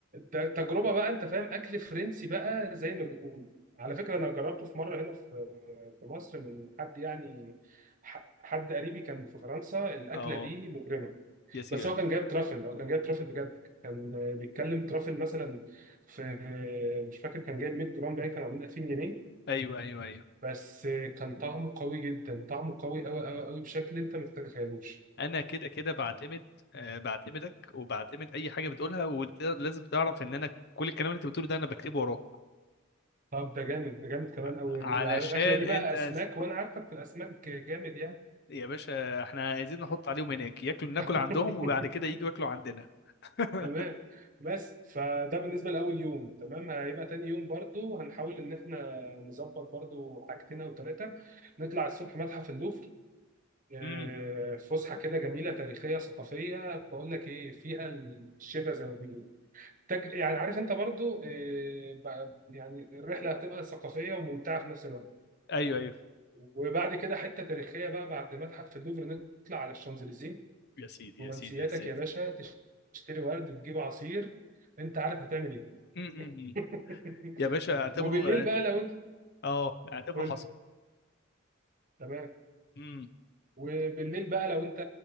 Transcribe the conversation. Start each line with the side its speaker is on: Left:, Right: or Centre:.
Right: ت- تجربه بقى انت فاهم اكل فرنسي بقى زي ما بيقولوا على فكره انا جربته في مره هنا في في مصر من حد يعني ح- حد قريبي كان في فرنسا الاكله
Left: اه
Right: دي مجرمه
Left: يا سيدي
Right: بس هو كان جايب ترافل هو كان جايب ترافل بجد كان آه، بيتكلم ترافل مثلا في آه، مش فاكر كان جايب 100 جرام باين كانوا عاملين 2000 جنيه
Left: ايوه ايوه ايوه
Right: بس آه، كان طعمه قوي جدا طعمه قوي قوي قوي قوي بشكل انت ما تتخيلوش
Left: انا كده كده بعتمد آه، بعتمدك وبعتمد اي حاجه بتقولها ولازم تعرف ان انا كل الكلام اللي انت بتقوله ده انا بكتبه وراك
Right: طب ده جامد ده جامد كمان قوي
Left: علشان
Right: الاكله دي بقى
Left: انت
Right: اسماك
Left: أس-
Right: وانا عارفك في الاسماك جامد يعني
Left: يا باشا احنا عايزين نحط عليهم هناك ياكلوا ناكل
Right: <laughs>
Left: عندهم وبعد كده يجوا ياكلوا عندنا <laughs>
Right: تمام بس فده بالنسبه لاول يوم تمام هيبقى تاني يوم برضو هنحاول ان احنا نظبط برضو حاجتين او ثلاثه نطلع الصبح متحف اللوفر آه،
Left: امم
Right: فسحه كده جميله تاريخيه ثقافيه بقول لك ايه فيها الشفا زي ما بيقولوا تج- يعني عارف انت برضو آه، بقى- يعني الرحله هتبقى ثقافيه وممتعه في نفس الوقت
Left: ايوه ايوه
Right: وبعد كده حته تاريخيه بقى بعد متحف اللوفر نطلع على الشانزليزيه
Left: يا سيدي
Right: رومانسياتك
Left: يا سيدي يا سيدي
Right: يا باشا تشتري ورد تجيب عصير انت عارف هتعمل ايه
Left: أمم، أمم، أمم.
Right: <laughs>
Left: يا باشا اعتبره
Right: وبالليل
Left: اه
Right: بقى لو انت
Left: اه، اعتبره
Right: قول
Left: حصل
Right: تمام
Left: امم
Right: وبالليل بقى لو انت